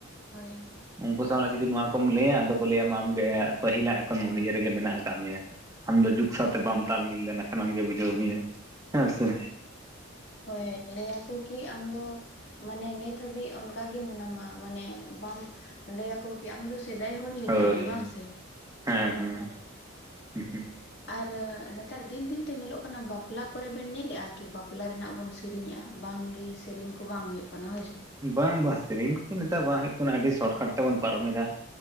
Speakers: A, on the left; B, on the right.
A: ᱦᱳᱭ᱾
B: ᱩᱱᱠᱩ ᱥᱟᱶ ᱟᱨ ᱡᱩᱫᱤ ᱱᱚᱣᱟ ᱠᱚᱢ ᱞᱟᱹᱭᱟ ᱟᱫᱚ ᱠᱚ ᱞᱟᱹᱭᱟ ᱟᱢᱜᱮ ᱯᱟᱹᱦᱤᱞᱟᱜ ᱮᱠᱷᱚᱱ ᱢᱚᱱᱤᱭᱟᱹ ᱨᱮᱜᱮ ᱢᱮᱱᱟᱜ ᱟᱠᱟᱫ ᱢᱮᱭᱟ᱾ ᱟᱢ ᱫᱚ ᱡᱩᱜᱽ ᱥᱟᱶᱛᱮ ᱵᱟᱢ ᱛᱟᱞᱢᱤᱞ ᱞᱮᱱ ᱠᱷᱟᱱ ᱟᱢ ᱜᱮ ᱵᱩᱡᱷᱟᱹᱣ ᱢᱮᱭᱟ᱾ ᱦᱮᱸ ᱥᱮ?
A: ᱦᱳᱭ, ᱞᱟᱹᱭᱟᱠᱚ ᱠᱤ ᱟᱢᱫᱚ ᱢᱟᱱᱮ ᱱᱤᱛ ᱦᱟᱹᱵᱤᱡ ᱚᱱᱠᱟᱜ ᱜᱮ ᱢᱮᱱᱟᱢᱟ, ᱢᱟᱱᱮ ᱵᱟᱢ ᱞᱟᱹᱭ ᱟᱠᱚ ᱟᱢ ᱫᱚ ᱥᱮᱫᱟᱭ ᱦᱚᱲ ᱞᱮᱠᱟ
B: ᱦᱳᱭ
A: ᱜᱮ ᱵᱟᱝ ᱥᱮ?
B: ᱦᱮᱸ ᱦᱩᱸ, ᱦᱸ ᱦᱸ᱾
A: ᱟᱨ ᱱᱮᱛᱟᱨ ᱫᱤᱱ ᱫᱤᱱ ᱛᱮ ᱧᱮᱞᱚᱜ ᱠᱟᱱᱟ ᱵᱟᱯᱞᱟ ᱠᱚᱨᱮ ᱵᱮᱱ ᱧᱮᱞᱮᱜᱼᱟ, ᱠᱤ ᱵᱟᱯᱞᱟ ᱨᱮᱱᱟᱜ ᱵᱚᱱ ᱥᱤᱼᱼ ᱥᱮᱨᱮᱧᱮᱜᱼᱟ? ᱵᱟᱝ ᱜᱮ, ᱥᱮᱨᱮᱧ ᱠᱚ ᱵᱟᱝ ᱦᱩᱭᱩᱜ ᱠᱟᱱᱟ ᱦᱳᱭ ᱥᱮ᱾
B: ᱵᱟᱝ ᱵᱟ ᱥᱮᱨᱮᱧ ᱠᱚᱜᱮ ᱱᱮᱛᱟᱨ ᱵᱟᱝ ᱦᱩᱭᱩᱜ ᱠᱟᱱᱟ ᱟᱹᱰᱤ ᱥᱚᱴᱠᱟᱴ ᱛᱮᱵᱚᱱ ᱯᱟᱨᱚᱢ ᱮᱫᱟ᱾